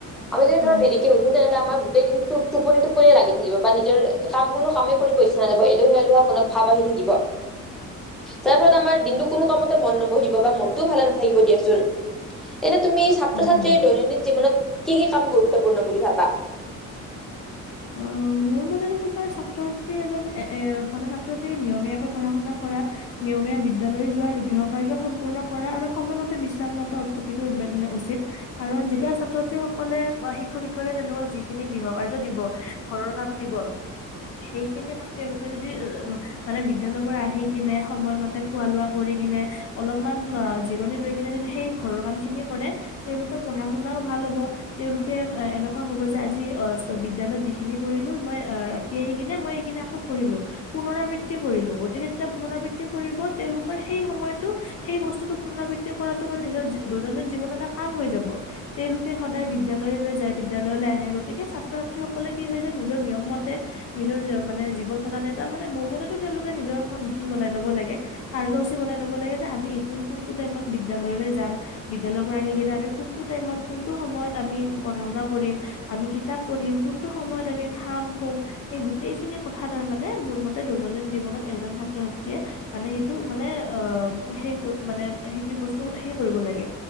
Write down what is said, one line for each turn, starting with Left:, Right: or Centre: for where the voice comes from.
Centre: আমি যদি
Left: হয়,
Centre: ধৰা দেৰিকে উঠো তেনেহ'লে আমাৰ গোটেই দিনটো টোপনি, টোপনি লাগি থাকিব বা নিজৰ কাম কোনো কামেই কৰিব ইচ্ছা নাযাব, এলেহুৱা, এলেহুৱা ভাব আহি থাকিব, যাৰ ফলত আমাৰ দিনটো কোনো কামতে মন নবহিব বা মন ভালে নাথাকিব দিয়াচোন, এনে তুমি ছাত্ৰ,
Left: হয়,
Centre: ছাত্ৰীৰ
Left: হয়।
Centre: দৈনন্দিন জীৱনত কি, কি কাম গুৰুত্বপূৰ্ণ বুলি ভাবা?
Left: অ', মোৰ মতেটো তোমাৰ ছাত্ৰ, ছাত্ৰীৰ এজন এ-এ <unintelligible> ছাত্ৰ ছাত্ৰী নিয়মীয়াকৈ পঢ়া শুনা কৰা, নিয়মীয়া বি বিদ্যালয় যোৱা, আৰু গৃহকাৰ্য সম্পূৰ্ণ কৰা, আৰু সময়মতে বিশ্ৰামলতা অ', অতিকৈ উচিত আৰু কাৰণ যেতিয়া ছাত্ৰ, ছাত্ৰী সকলে আ, শিক্ষক শিক্ষয় তেওঁলোকক যিখিনি গৃহকাৰ্য দিব ঘৰৰ কাম দিব। সেইখিনিয়ে কাম তেওঁলোকে যদি মানে বিদ্যালয় পৰা আহি কিনে সময়মতে খোৱা, লোৱা কৰি কিনে অলপমান অ', জিৰণিলৈ কিনে যদি সেই ঘৰৰ কামখিনি কৰে, তেওঁলোকৰ পঢ়া শুনাও ভাল হ <unintelligible> তেওঁলোকে এনেকুৱা হ'ব যে আজি অ বিদ্যালয়ত যিখিনি কৰিলো মই ৰাতি আহি কিনে মই স কিনে আকৌ পঢ়লো পুনৰাবৃত্তি কৰিলো গতিকে যেতিয়া পুনৰাবৃত্তি কৰিব তেওঁলোকৰ সেই সময়তো সেই বস্তুতটো পুনৰাবৃত্তি কৰাটো বাান নিজৰ দৈনন্দিন জীৱন এটা কাম হৈ যাব তেওঁলোকে সদায় বিদ্যালয়লৈ যায় বিদ্যালয়লে আহে গতিকে ছাত্ৰ ছাত্ৰীসকল লে কি হয় যে নিজৰ নিয়ম মতে নিজৰ মানে জীৱন প্ৰণালী এটা মানে মোৰ মতেতো তেওঁলোকে নিজৰ এ ৰুটিন বনাই ল'ব লাগে, কাৰ্যসূচী বনাই লব লাগে যে আমি এইটো কোনটো টাইমত বিদ্যালয়লৈ যাম বিদ্য়ালয়ৰ পৰা আহি কিইটা আমি কোনটো টাইমত কোনটো সময়ত আমি পঢ়া শুনা কৰিম আমি কিতাপ পঢ়িম কোনটো সময়ত আমি খাম শুম এই গোটেই খিনি কথা তাৰ মানে মোৰ মতে দৈনন্দিন জীৱনত এজন ছাত্ৰ ছাত্ৰীয়ে মানে সেইটো মানে অ', সেই মানে সেইটো বস্তু সে কৰিব লাগে